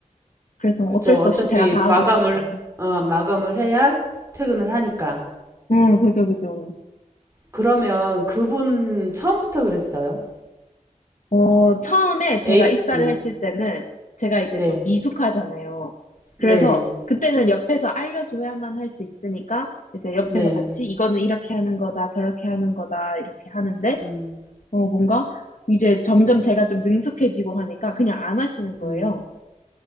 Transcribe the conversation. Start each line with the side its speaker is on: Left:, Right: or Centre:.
Left: 그래서
Right: 그쵸.
Left: 어쩔 수
Right: 어차피
Left: 없이 제가 다
Right: 마감을,
Left: 하고 있죠.
Right: 어, 마감을 해야 퇴근을 하니까.
Left: 음, 그죠, 그죠.
Right: 그러면 그분 처음부터 그랬어요?
Left: 어, 처음에 제가
Right: 에이,
Left: 입사를
Right: 응.
Left: 했을 때는 제가 이제
Right: 네,
Left: 좀 미숙하잖아요. 그래서
Right: 네,
Left: 그때는 옆에서 알려줘야만 할 수 있으니까 이제 옆에서
Right: 네.
Left: 같이 이거는 이렇게 하는 거다, 저렇게 하는 거다, 이렇게 하는데
Right: 음,
Left: 어, 뭔가 이제 점점 제가 좀 능숙해지고 하니까 그냥 안 하시는 거예요.
Right: 음.